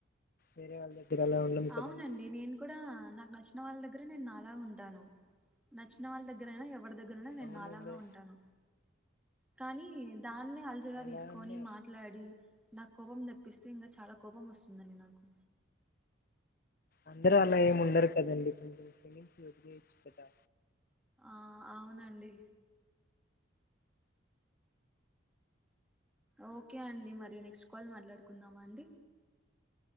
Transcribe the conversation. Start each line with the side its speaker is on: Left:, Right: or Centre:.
Left: వేరే వాళ్ళ దగ్గర అలా ఉండం కదండి
Centre: అవునండి నేను కూడా నాకు నచ్చిన వాళ్ళ దగ్గర నేను నాలా ఉంటాను నచ్చిన వాళ్ళ దగ్గరయిన ఎవరి దగ్గరయిన నేను
Left: అవునండి
Centre: నాలాగా ఉంటాను కానీ దాన్నే అలుసుగా
Left: అలానే
Centre: తీసుకొని మాట్లాడి నాకు కోపం తెప్పిస్తే ఇంకా చాలా కోపం వస్తుందండి నాకు
Left: అందరూ అలా ఏమి ఉండరు కదండి కొంచెం క్షమించి వదిలేయచ్చు కదా
Centre: ఆ అవునండి ఓకే అండి మరి నెక్స్ట్ కాల్ మాట్లాడుకుందామా అండి